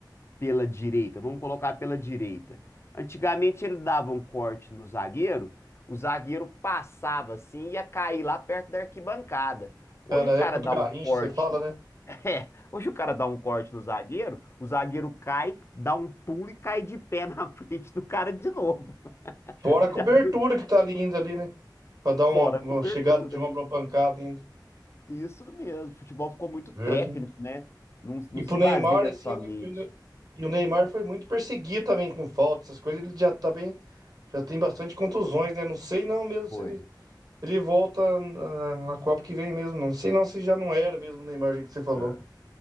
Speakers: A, on the left; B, on the right.
A: pela direita, vamos colocar pela direita. Antigamente ele dava um corte no zagueiro, o zagueiro passava assim e ia cair lá perto da arquibancada. Hoje
B: É, na
A: o cara
B: época do
A: dá
B: Garrincha,
A: um corte.
B: você fala, né?
A: <laughs> É, hoje o cara dá um corte no zagueiro, o zagueiro cai, dá um pulo e cai de pé na <laughs> frente do cara de novo. <laughs>
B: Fora
A: Você
B: a
A: já
B: cobertura
A: viu?
B: que tá ali ainda ali, né? Pra dar
A: Fora
B: uma, uma
A: a cobertura.
B: chegada de ombro, uma pancada ainda.
A: Isso mesmo. Futebol ficou muito técnico,
B: Verdade.
A: né? Não, não
B: E
A: se
B: pro Neymar,
A: baseia
B: assim,
A: somente.
B: o Ne- e o Ne- e o Neymar foi muito perseguido também com falta, essas coisas. Ele já tá bem, já tem bastante contusões, né? Não sei não mesmo
A: Foi.
B: se ele, ele volta na, na Copa que vem mesmo. Não sei não se já não era mesmo o Neymar, do jeito que você falou.
A: É,